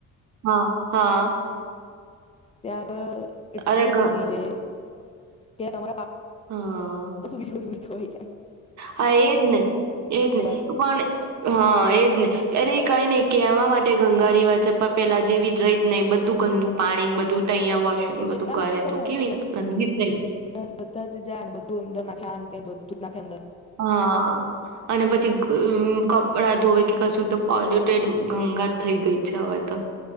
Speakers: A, on the right; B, on the left.
A: હા હા
B: ત્યાગળ. ઇટલી
A: અરે ઘ
B: ગદી છે. ત્યાં તમારા
A: હા
B: <unintelligible> હોય જય
A: હા એજ ને એજ ને
B: ધોવાય
A: પણ હા એજ ને અરે કઈ નને કે એવા માટે ગંગા રિવર છે પણ પેલા જેવી જ રહી જ નહી બધું ગંદુ પાણી બધું તહીંયા વોશરૂમ
B: તો
A: બધું
B: એટલા
A: કરે
B: માટે
A: તો કેવી
B: કે બધા
A: ગંદી જ થઈ
B: બધા જ જાય બધું અંદર નાખે આ ને તે ને બધું - નાંખે અંદર
A: હા અને પછી કપડા ધોવે કે કશું તો પોલ્યુટેડ ગંગા થઈ ગઈ છે હવે તો